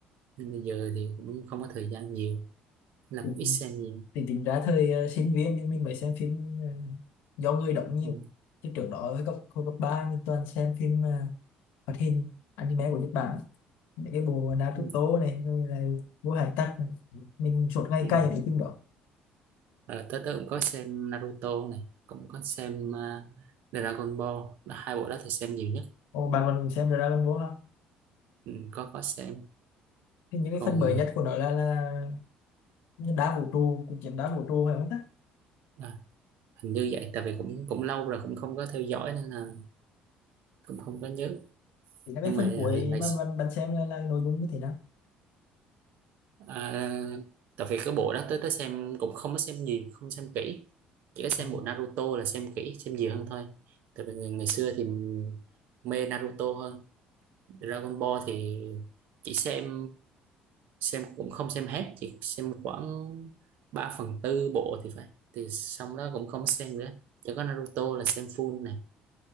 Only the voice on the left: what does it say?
ấy
thì tính ra thời ờ, sinh viên thì mình mới xem phim ờ, do người đóng nhiều
chứ trước đó hồi cấp hồi cấp ba mình toàn xem phim ờ, hoạt hình anime của Nhật Bản mấy cái bộ Naruto
này rồi là Vua Hải Tặc này. mình suốt ngày
cày những phim đó
Ồ, bạn còn xem Dragon Ball không
thì những
cái phần mới nhất của nó là là đá vũ trụ cuộc chiến đá vũ trụ phải không ta
thì là cái
phần
cuối
mà bạn bạn xem là, là nội dung như thế nào
Ờ,